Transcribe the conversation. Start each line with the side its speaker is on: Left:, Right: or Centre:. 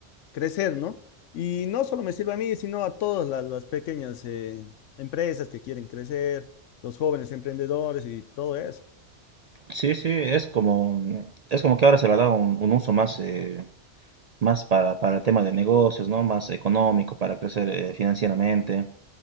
Left: crecer, ¿no? Y no solo me sirve a mí, sino a todas la- las, pequeñas eh, empresas que quieren crecer, los jóvenes emprendedores y todo eso.
Right: Sí, sí, es como, es como que ahora se le da un, un uso más, eh, más para, para el tema de negocios, ¿no? Más económico, para crecer eh, financieramente.